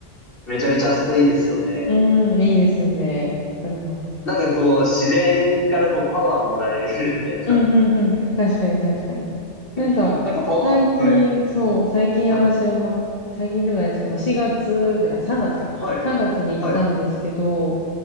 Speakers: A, on the left; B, on the left.
A: めちゃめちゃあそこいいですよね。
B: うん、いいですよね。わかります。
A: なんかこう、自然からこう、パワーもらえるみたいな。
B: うん、うん、うん。確かに、確かに。なんか、
A: <laughs> なんかパワー、
B: 最近、
A: はい、
B: そう、最近嵐山、
A: はい、
B: 最近でもないですけど、まあ、月じゃない、3月か。
A: はい、
B: 3月に行ったんですけど、
A: はい。